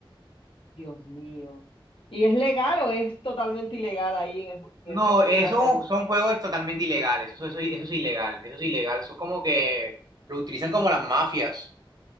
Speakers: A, on the left; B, on the right.
A: Dios mío. ¿Y es legal o es totalmente ilegal ahí en el, en
B: No,
A: el cómo
B: eso
A: es en la serie?
B: son juegos totalmente ilegales. Eso, eso, eso es ilegal. Eso es ilegal. Eso es como que lo utilizan como las mafias.